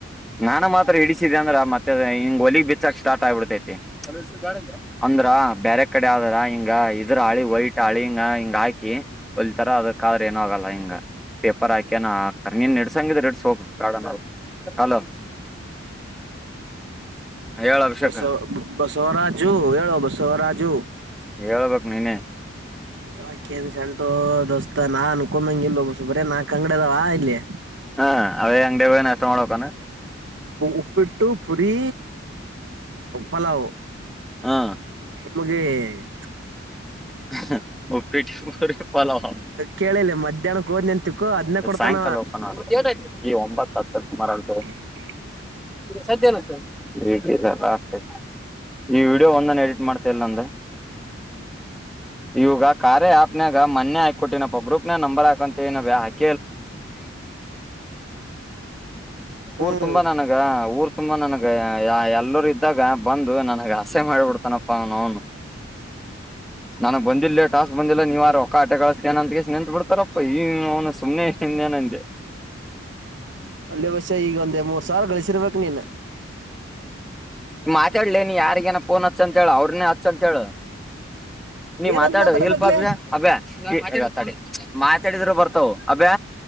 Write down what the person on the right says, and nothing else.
ಬಸವ ಬಸವರಾಜು ಹೇಳೋ ಬಸವರಾಜು.
ಹೇಳಕೆನ್ ಶೆಂಟೊ ದೋಸ್ತ ನಾ ಅನ್ಕೊಂಡಂಗ ಇಲ್ಲೋ ಬರೇ ನಾಲ್ಕು ಅಂಗಡಿ ಅದಾವ ಇಲ್ಲಿ.
ಉಪ್ಪಿಟ್ಟು ಪುರಿ ಪಲಾವ್.
ಮುಗಿತ್.
ಕೇಳಿಲ್ಲ ಮಧ್ಯಾಹ್ನಕ್ ಹೋದ್ ನಿಂತಕ್ಕೋ ಅದ್ನ ಕೊಡ್ತಾನ
<inaudible>
ಹ್ಮ್
ಅಲ್ಲಲ್ಲೇ ಬಸ್ಯ ಈಗ ಒಂದು ಮೂವತ್ ಸಾವಿರ ಗಳಿಸಿರಬೇಕ್ ನೀನು.
ಏನಂತ
ಮಾತಾಡ್ಬೇಕಕ್ಲೇ